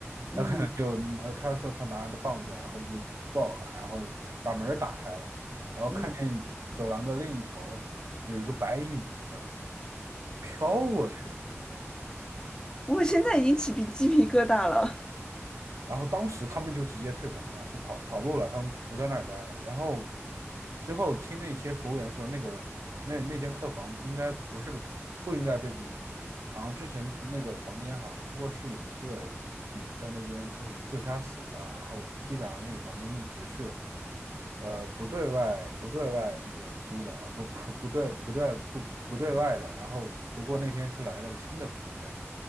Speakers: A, on the left; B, on the right.
A: 嗯
B: 他可能就呃他说他拿着棒子，然后就暴喊，然后把门打开了，然后看见走廊的另一头有一个白影子
A: 嗯，
B: 飘过去了。
A: 我现在已经起皮鸡皮疙瘩了。
B: 然后当时他们就直接退房了，就跑跑路了，他们不在那儿待了。然后之后听那些服务员说，那个那那间客房应该不是不应该被租出去，好像之前那个房间好像出过事，有一个女的在那边自自杀死了，然后基本上那个房间一直是。呃，不对外不对外那个租的啊，不不不对不对不不对外的。然后不过那天是来了个新的服务员，